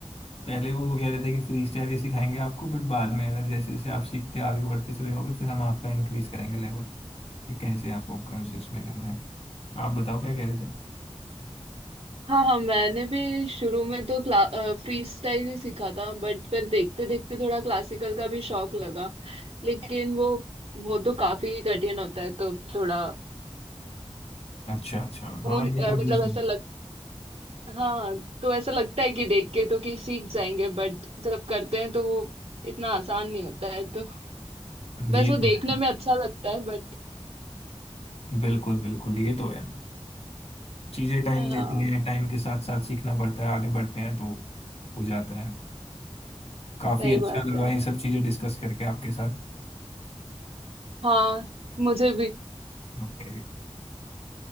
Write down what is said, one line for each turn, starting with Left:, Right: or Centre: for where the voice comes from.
Left: पहले वो कह रहे थे कि फ्री स्टाइल ही सिखाएंगे आपको बट बाद में अगर जैसे जैसे आप सीखते आगे बढ़ते चले जाओगे फिर हम आपका इंक्रीज करेंगे लेवल कि कैसे आपको कौन से उसमें करना है आप बताओ क्या कह रहे थे
Right: हाँ हाँ मैंने भी शुरू में तो क्ला फ्री स्टाइल ही सीखा था बट फिर देखते देखते थोड़ा क्लासिकल का भी शौक लगा लेकिन वो वो तो काफी कठिन होता है तो थोड़ा
Left: अच्छा अच्छा हाँ
Right: वो
Left: ये तो मैंने
Right: मतलब
Left: सुना
Right: ऐसा लगता हाँ तो ऐसा लगता है कि देख के तो कि सीख जाएंगे बट जब करते हैं तो वो इतना आसान नहीं होता है तो बस
Left: ये
Right: वो देखने
Left: तो है
Right: में अच्छा लगता है बट
Left: बिल्कुल बिल्कुल ये तो है चीज़ें टाइम
Right: हाँ
Left: लेती हैं टाइम के साथ साथ सीखना पड़ता है आगे बढ़ते हैं तो हो जाता है काफ़ी
Right: सही
Left: अच्छा
Right: बात
Left: लगा
Right: है
Left: ये सब चीज़ें डिस्कस करके आपके साथ
Right: हाँ मुझे भी
Left: ओके